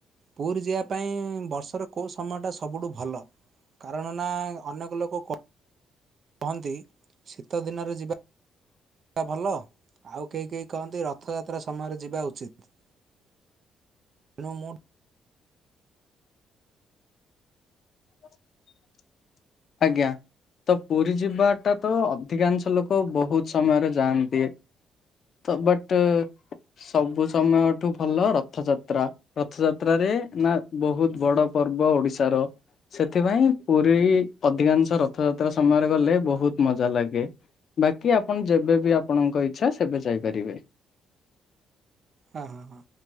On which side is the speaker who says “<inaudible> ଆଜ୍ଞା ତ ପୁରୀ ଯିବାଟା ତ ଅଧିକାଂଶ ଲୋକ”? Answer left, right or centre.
Left